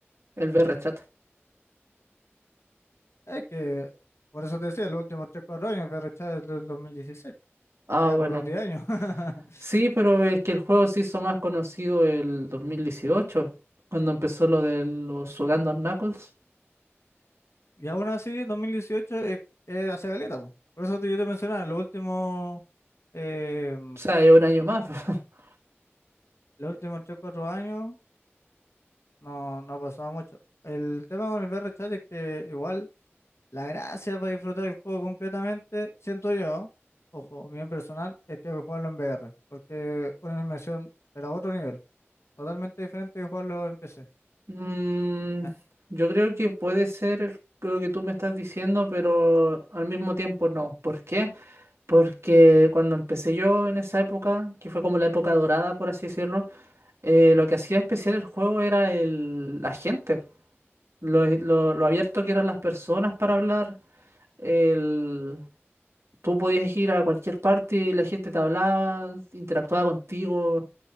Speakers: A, on the right; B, on the left.
A: el V R chat
B: Es que, por eso te decía, los últimos tres, cuatro años, que ya es del 2016,
A: Ah,
B: ya
A: bueno.
B: por los diez años. <laughs>
A: Sí, pero es que el juego se hizo más conocido el 2018 cuando empezó lo de los Sugando Knuckles.
B: Y aún así, 2018 es, es hace caleta, po. Por eso te, yo te mencionaba, los últimos, eh,
A: O sea, es un año más. <laughs>
B: los últimos tres, cuatro años no, no ha pasado mucho. El tema con el VRChat es que igual La gracia para disfrutar el juego completamente, siento yo, ojo, opinión personal, es que hay que jugarlo en VR, porque una inmersión, pero a otro nivel, totalmente diferente de jugarlo en PC.
A: Mm,
B: Ah,
A: yo creo que puede ser el- lo que tú me estás diciendo, pero al mismo tiempo no. ¿Por qué? Porque cuando empecé yo en esa época, que fue como la época dorada, por así decirlo, eh, lo que hacía especial el juego era el, la gente, lo, lo- lo abierto que eran las personas para hablar. el- tú podías ir a cualquier parte y la gente te hablaba, interactuaba contigo.